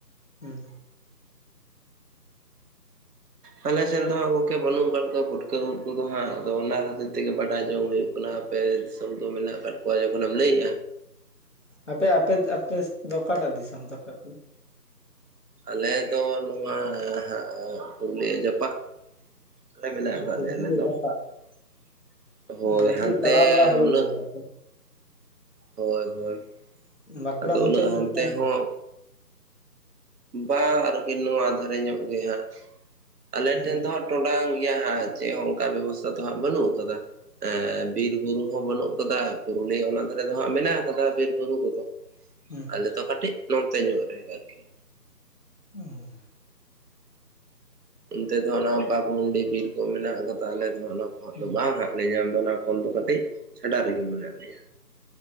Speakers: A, on the left; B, on the right.
A: ᱦᱩᱸᱻ
B: ᱟᱞᱮ ᱥᱮᱱ ᱫᱚ ᱦᱟᱸᱜ ᱜᱚᱢᱠᱮ ᱵᱟᱹᱱᱩᱜ ᱟᱠᱟᱫ ᱠᱚᱣᱟ ᱯᱩᱴᱠᱟᱹ ᱩᱫ ᱠᱚ ᱫᱚ ᱦᱟᱸᱜ ᱟᱫᱚ ᱚᱱᱟ ᱠᱷᱟᱹᱛᱤᱨ ᱛᱮ ᱜᱮ ᱵᱟᱰᱟᱭ ᱡᱚᱝ ᱦᱩᱭᱩᱜ ᱠᱟᱱᱟ ᱦᱟ ᱯᱮ <unintelligible> ᱢᱮᱱᱟᱜᱼᱟᱠᱟᱫ ᱠᱚᱣᱟ ᱡᱚᱠᱷᱚᱱ ᱞᱟᱹᱭ <unintelligible>
A: ᱟᱯᱮ <unintelligible> ᱟᱯᱮ ᱫᱚ ᱚᱠᱟ ᱴᱟᱜ ᱫᱤᱥᱚᱢ ᱛᱟᱯᱮ ᱟᱯᱮᱭᱟᱜ?
B: ᱟᱞᱮ ᱫᱚ ᱱᱚᱣᱟ ᱦᱟᱸᱜ ᱯᱩᱨᱩᱞᱤᱭᱟᱹ ᱡᱟᱯᱟᱜ ᱾ ᱚᱸᱰᱮ ᱢᱮᱱᱟᱜ ᱟᱠᱟᱫ
A: ᱯᱩᱨᱩᱞᱤᱭᱟᱹ
B: ᱞᱮᱭᱟ ᱟᱞᱮ ᱫᱚ
A: ᱡᱟᱯᱟᱜ
B: ᱾ ᱦᱚᱭ
A: ᱚᱱᱛᱮ
B: ᱦᱟᱱᱛᱮ
A: ᱫᱚ ᱪᱟᱞᱟᱣ ᱵᱟᱲᱟ ᱦᱩᱭᱩᱜ
B: ᱩᱱᱟᱹᱜ
A: ᱜᱮᱭᱟ ᱛᱚ
B: ᱦᱚᱭ ᱦᱚᱭ
A: ᱵᱟᱸᱠᱩᱲᱟ
B: ᱟᱫᱚ
A: ᱢᱩᱪᱟᱹᱫ
B: ᱩᱱᱟᱹᱜ
A: ᱢᱩᱪᱟᱹᱫ
B: ᱦᱟᱱᱛᱮ
A: ᱚᱱᱛᱮ
B: ᱦᱚᱸ ᱵᱟᱝ ᱟᱨᱠᱤ ᱱᱚᱣᱟ ᱫᱷᱟᱨᱮ ᱧᱚᱜ ᱜᱮ ᱦᱟᱸᱜ ᱟᱞᱮ
A: ᱦᱩᱸ
B: ᱴᱷᱮᱱ ᱫᱚ ᱦᱟᱸᱜ ᱴᱚᱸᱰᱟᱝ ᱜᱮᱭᱟ ᱦᱟᱸᱜ ᱪᱮᱫ ᱦᱟᱸ ᱚᱱᱠᱟ ᱵᱮᱵᱚᱥᱛᱷᱟ ᱛᱚ ᱦᱟᱸᱜ ᱵᱟᱹᱱᱩᱜ ᱟᱠᱟᱫᱟ ᱾ ᱮᱸᱻ ᱵᱤᱨ ᱵᱩᱨᱩ ᱦᱚᱸ ᱵᱟᱹᱱᱩᱜ ᱟᱠᱟᱫᱟ ᱾ ᱯᱩᱨᱩᱞᱤᱭᱟᱹ ᱚᱱᱟ ᱫᱷᱟᱨᱮ ᱫᱚ ᱦᱟᱸᱜ ᱢᱮᱱᱟᱜ ᱟᱠᱟᱫᱟ ᱵᱤᱨ ᱵᱩᱨᱩ ᱠᱚᱫᱚ ᱾
A: ᱦᱩᱸᱻ
B: ᱟᱞᱮ ᱫᱚ ᱠᱟᱹᱴᱤᱡ ᱱᱚᱱᱛᱮ ᱧᱚᱜ ᱨᱮ ᱟᱨᱠᱤ
A: ᱩᱸ
B: ᱚᱱᱛᱮ ᱫᱚ ᱚᱱᱟ ᱵᱟᱜᱽᱢᱩᱱᱰᱤ ᱵᱤᱨ ᱠᱚ ᱢᱮᱱᱟᱜ ᱠᱟᱫᱟ ᱟᱞᱮ ᱫᱚ ᱚᱱᱟ ᱠᱚ
A: ᱦᱩᱸ
B: ᱫᱚ ᱵᱟᱝᱼᱟ ᱾ ᱵᱟᱞᱮ ᱧᱟᱢ ᱮᱫᱟ ᱚᱱᱟ ᱠᱷᱳᱱ ᱫᱚ ᱠᱟᱹᱴᱤᱡ ᱪᱷᱟᱰᱟ ᱨᱮᱜᱮ ᱢᱮᱱᱟᱜ ᱞᱮᱭᱟ ᱾